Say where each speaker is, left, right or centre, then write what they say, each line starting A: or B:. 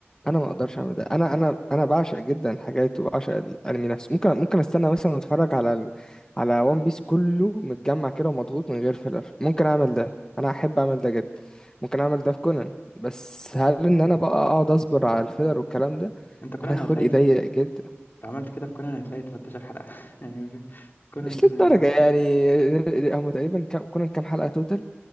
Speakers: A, on the left; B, on the left.
A: انا ما اقدرش اعمل ده انا انا انا بعشق جدا الحاجات وبعشق الانمي نفسه ممكن ممكن استنى مثلا اتفرج على ال... على وان بيس كله متجمع كده ومضغوط من غير فيلر ممكن اعمل ده انا احب اعمل ده جدا ممكن اعمل ده في كونان بس هل ان انا بقى اقعد اصبر على الفيلر والكلام ده
B: انت كونان
A: انا خلقي
B: هتلاقي
A: ضيق جدا
B: لو عملت كده في كونان هتلاقي 13 حلقة <laughs> يعني كونان
A: مش للدرجه يعني هم تقريبا كم... كونان كام حلقه توتال